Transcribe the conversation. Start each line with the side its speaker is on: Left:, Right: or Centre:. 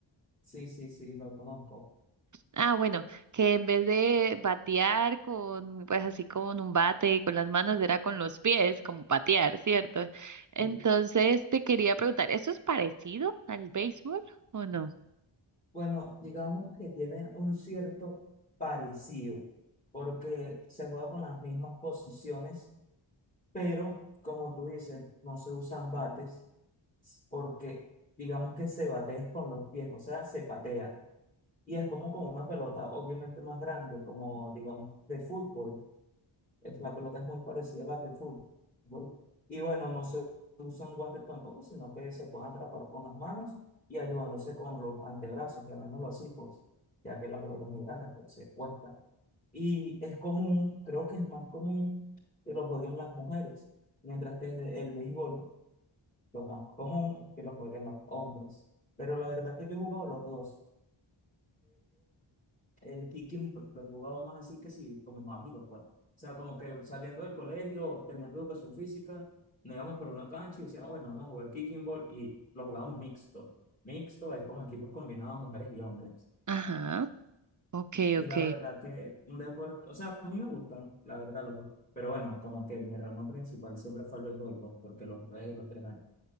Left: Sí, sí, sí, lo conozco.
Right: Ah, bueno, que en vez de batear con, pues así con un bate con las manos, era con los pies, como patear, ¿cierto? Entonces
Left: Sí.
Right: te quería preguntar, ¿esto es parecido al béisbol o no?
Left: Bueno, digamos que tiene un cierto parecido, porque se juega con las mismas posiciones, pero como tú dices, no se usan bates, porque digamos que se batea es con los pies, o sea, se patea. y es como con una pelota obviamente más grande, como digamos de fútbol. Es- La pelota es muy parecida a la de fútbol. Y bueno, no se usan guantes tampoco, sino que se pueden atrapar con las manos y ayudándose con los antebrazos, llamémoslo así, pues, ya que la pelota es muy grande, pues se cuesta. Y es común, creo que es más común que lo jueguen las mujeres, mientras que desde el béisbol lo más común es que lo jueguen los hombres. Pero la verdad que yo he jugado los dos el kicking lo jugaba más así que sí, con mis amigos, pues. O sea, como que saliendo del colegio, teniendo educación física, nos íbamos por una cancha y decíamos, bueno, vamos a jugar kicking ball y lo jugábamos mixto. Mixto es como equipos combinados, mujeres y hombres.
Right: Ajá, ok,
Left: Y
Right: ok.
Left: la verdad que un deporte, o sea, a mí me gustan, la verdad, los dos. Pero bueno, como que mi ramo principal siempre fue el béisbol, pues, porque los jugué los tres años.